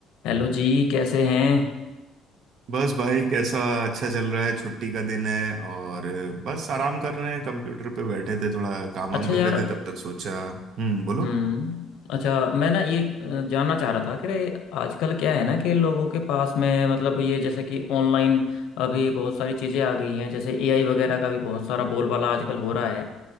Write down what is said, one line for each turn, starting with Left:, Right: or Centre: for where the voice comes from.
Left: हेलो जी कैसे हैं
Right: बस भाई कैसा अच्छा चल रहा है छुट्टी का दिन है और बस आराम कर रहे हैं कंप्यूटर पे बैठे थे थोड़ा काम
Left: अच्छा
Right: वाम कर
Left: यार
Right: रहे थे तब तक सोचा हम्म बोलो
Left: हम्म अच्छा मैं ना ये अ, जानना चाह रहा था कि रे, आजकल क्या है ना कि लोगों के पास में मतलब ये जैसे कि ऑनलाइन अभी बहुत सारी चीज़ें आ गई हैं जैसे एआई वगैरह का भी बहुत सारा बोलबाला आजकल हो रहा है